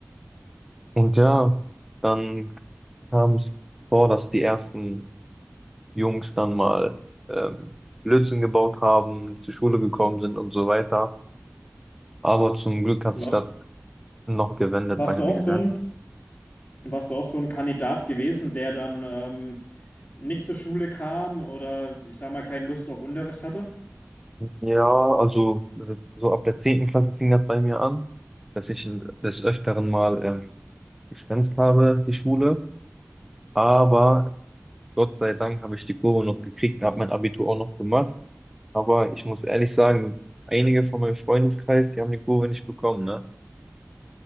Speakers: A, in the centre; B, on the left.
A: Und ja, dann kam es vor, dass die ersten Jungs dann mal ähm, Blödsinn gebaut haben, nicht zur Schule gekommen sind und so weiter. Aber zum Glück hat
B: Warst,
A: sich das noch gewendet
B: warst
A: bei
B: du
A: mir,
B: auch so
A: ne?
B: ein, warst du auch so ein Kandidat gewesen, der dann ähm, nicht zur Schule kam oder ich sag mal keine Lust auf Unterricht hatte?
A: Ja, also äh, so ab der zehnten Klasse fing das bei mir an, dass ich äh, des Öfteren mal ähm, geschwänzt habe, die Schule. Aber Gott sei Dank habe ich die Kurve noch gekriegt, habe mein Abitur auch noch gemacht. Aber ich muss ehrlich sagen, einige von meinem Freundeskreis, die haben die Kurve nicht bekommen, ne?